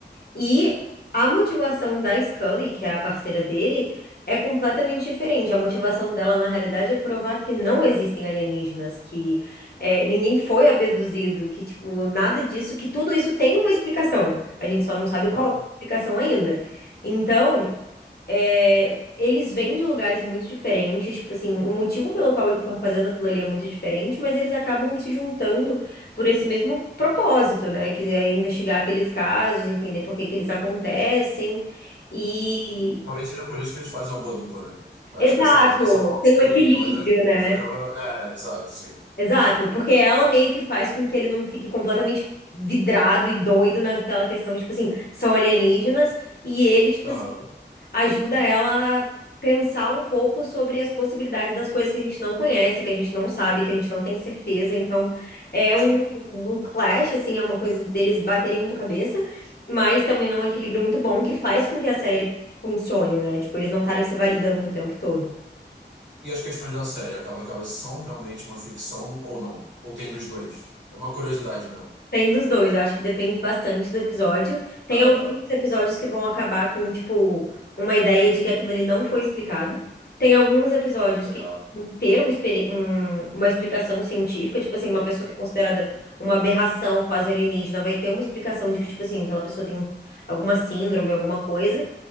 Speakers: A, on the left; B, on the right.
A: E a motivação da Scully, que é a parceira dele, é completamente diferente. A motivação dela, na realidade, é provar que não existem alienígenas, que é, ninguém foi abduzido, que, tipo, nada disso, que tudo isso tem uma explicação. A gente só não sabe qual
B: Aham.
A: é a explicação ainda. Então. É, eles vêm de lugares muito diferentes, tipo assim, o motivo pelo qual eles estão fazendo aquilo ali é muito diferente, mas eles acabam se juntando por esse mesmo propósito, né? Que é investigar aqueles casos, entender por que que eles acontecem e...
B: Talvez seja por isso que eles fazem uma boa dupla, né? Eu
A: Exato,
B: acho que essa, essa força
A: tem um
B: de
A: equilíbrio,
B: opiniões, às
A: né?
B: vezes, ela. É, exato, sim.
A: Exato, porque ela meio que faz com que ele não fique completamente vidrado e doido naquela questão, tipo assim, são alienígenas, e ele, tipo
B: Aham,
A: assim, ajuda ela a pensar um pouco sobre as possibilidades das coisas que a gente não conhece, que a gente não sabe, que a gente não tem certeza. Então, é
B: sim.
A: um, um clash, assim, é uma coisa deles baterem muito a cabeça, mas também é um equilíbrio muito bom que faz com que a série funcione, né? Tipo, eles não estarem se validando o tempo todo.
B: E as questões da série, acaba que elas são realmente uma ficção ou não? Ou tem dos dois? É uma curiosidade mesmo.
A: Tem dos dois, eu acho que depende bastante do episódio. Tem
B: Ah,
A: alguns
B: tá.
A: episódios que vão acabar com, tipo, uma ideia de que aquilo ali não foi explicado. Tem alguns episódios
B: Legal.
A: que vão ter uma, experi- um- uma explicação científica, tipo assim, uma pessoa que é considerada uma aberração quase alienígena vai ter uma explicação de que, tipo assim, aquela pessoa tem alguma síndrome, alguma coisa.